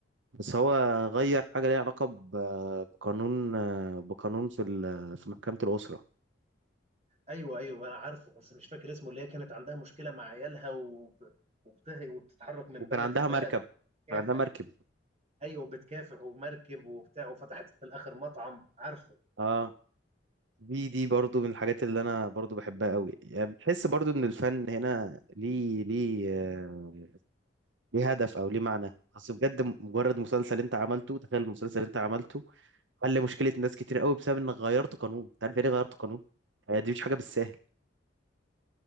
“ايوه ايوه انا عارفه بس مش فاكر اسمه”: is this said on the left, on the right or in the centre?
Right